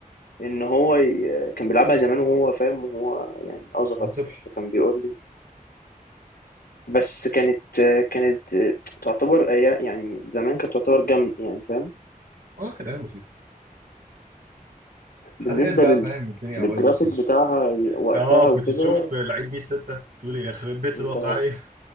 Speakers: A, on the left; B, on the right.
A: ان هو ي... كان بيلعبها زمان وهو فاهم وهو يعني اصغر
B: هو طفل
A: فكان بيقول لي بس كانت كانت تعتبر ايام يعني زمان كانت تعتبر جامد يعني فاهم
B: اه كده ايام لطيفه حاليا
A: بالنسبة
B: بقى
A: لل...
B: فاهم الدنيا
A: للجرافيك
B: بايظه خالص
A: بتاعها وقتها
B: اه
A: وكده
B: كنت تشوف لعيب بي 6 تقول يا خرب بيت
A: انت
B: الواقعيه